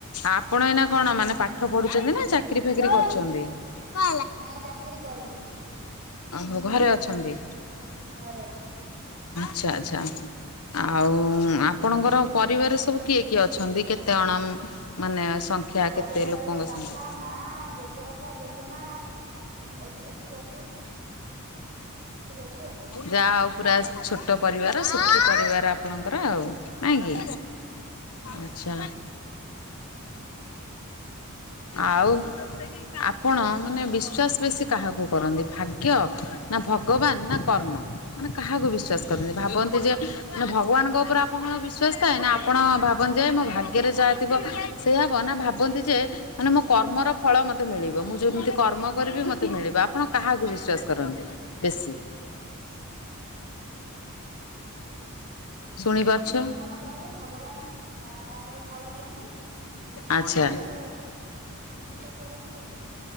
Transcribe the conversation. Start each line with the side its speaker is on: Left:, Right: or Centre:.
Left: ଆପଣ ଏଇନା କଣ ମାନେ ପାଠ ପଢୁଛନ୍ତି ନା ଚାକିରୀ ଫାକିରି କରୁଛନ୍ତି? ହଁ
Right: ନାଇଁ ଚାକିରି କରୁନି
Left: ହୋ ଘରେ ଅଛନ୍ତି।
Right: ଘରେ ଅଛି।
Left: ଆଚ୍ଛା ଆଚ୍ଛା। ଆଉ ଆପଣଙ୍କର ପରିବାର ସବୁ କିଏ କିଏ ଅଛନ୍ତି କେତେ ଜଣ ମାନେ ସଂଖ୍ୟା
Right: ପରିବାରରେ
Left: କେତେ ଲୋକଙ୍କ
Right: ବାପା
Left: ସଂଖ୍ୟା?
Right: ମା ଜେଜେ ବାପା ଜେଜେମା ଏତିକି ଅ ଅଛୁ
Left: ଯାହା ହଉ ପୁରା ଛୋଟ ପରିବାର ସୁଖି ସୁଖି ପରିବାର ଆପଣଙ୍କର ଆଉ ନାଇଁ କି।
Right: ଆଉ ଆଜ୍ଞା
Left: ଆଚ୍ଛା। ଆଉ ଆପଣ ମାନେ ବିଶ୍ଵାସ ବେଶୀ କାହାକୁ କରନ୍ତି ଭାଗ ୟ ନା ଭଗବାନ ନା କର୍ମ ମାନେ କାହାକୁ ବିଶ୍ଵାସ କରନ୍ତି ଭାବନ୍ତି ଯେ ମାନେ ଭଗବାନ ମାନଙ୍କ ଉପରେ ଆପଣଙ୍କର ବିଶ୍ୱାସ ଥାଏ ନା ଆପଣ ଭାବନ୍ତି ଯେ ମୋ ଭାଗ୍ୟରେ ଯହାଥିବ ସେୟା ନା ଭାବନ୍ତି ଯେ ମାନେ ମୋ କର୍ମର ଫଳ ମତେ ମିଳିବ ମୁଁ ଯେମିତି କର୍ମ କରିବି ମତେ ମିଳିବ ଆପଣ କାହାକୁ ବି ବିଶ୍ୱାସ କରନ୍ତି ବେଶୀ। ଶୁଣିପାରୁଛ
Right: ଯୋଉ କାମ କରିବେ ଭଗବାନ ଅ ତାପରେ ଫଳ ଦିଅନ୍ତି। ଉଁ
Left: ଆଚ୍ଛା।
Right: ତାପରେ ବିଶ୍ୱାସ କରେ ଏମିତି ଆଉ